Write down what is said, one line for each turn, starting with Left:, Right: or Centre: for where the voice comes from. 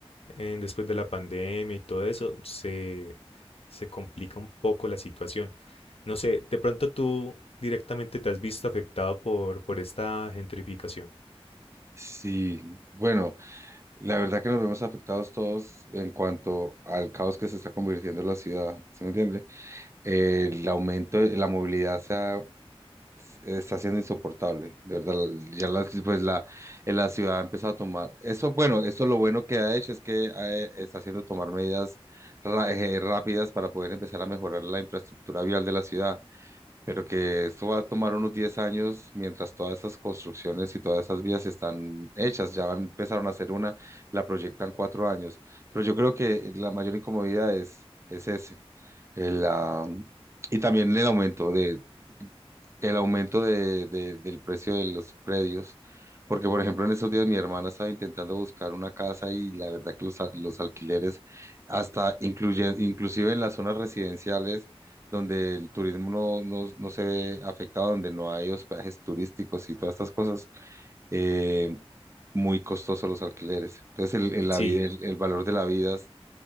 Left: en- después de la pandemia y todo eso, se, se complica un poco la situación. No sé, de pronto tú directamente te has visto afectado por, por esta gentrificación.
Right: Sí, bueno, La verdad que nos vemos afectados todos en cuanto al caos que se está convirtiendo en la ciudad, ¿sí me entiende? Eh, El aumento de la movilidad se ha- está siendo insoportable, de verdad. Ya la, pues la, eh, la ciudad ha empezado a tomar, eso bueno, eso lo bueno que ha hecho es que eh, está haciendo tomar medidas ra- eh, rápidas para poder empezar a mejorar la infraestructura vial de la ciudad pero que esto va a tomar unos 10 años mientras todas esas construcciones y todas esas vías están hechas, ya van- empezaron a hacer una, la proyectan cuatro años, pero yo creo que la mayor incomodidad es, es ese, el, ah, y también el aumento de, el aumento de, de- del precio de los predios, porque por ejemplo en estos días mi hermana estaba intentando buscar una casa y la verdad que los, al- los alquileres, hasta incluye, inclusive en las zonas residenciales donde el turismo no, no, no se ve afectado, donde no hay hospedajes turísticos y todas estas cosas, eh, muy costosos los alquileres. Entonces el, el la
Left: Sí,
Right: vida- el- el valor de la vida,